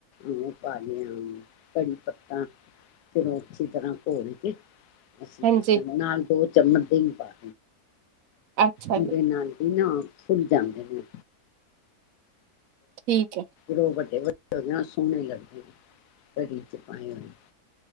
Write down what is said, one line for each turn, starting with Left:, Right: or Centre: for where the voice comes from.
Left: ਉਹ ਪਾਲਿਆ ਕੜੀ ਪੱਤਾ ਫਿਰੋ ਅੱਛੀ ਤਰ੍ਹਾਂ ਘੋਲ ਕੇ ਅੱਛਾ
Right: ਹਾਂਜੀ
Left: ਨਾਲ ਦੋ ਚਮਚ ਦੇਹੀ ਪਾ
Right: ਅੱਛਾ
Left: ਉਹਦੇ
Right: ਜੀ
Left: ਨਾਲ ਹੀ ਨਾ ਫੁੱਲ ਜਾਂਦੇ ਹਨ।
Right: ਠੀਕ ਹੈ
Left: ਦੋ ਵੱਡੇ ਸੋਹਣੇ ਲੱਗੇਦੇ ਨੇ ਘੜੀ ਚ ਪਾਏ ਹੋਏ।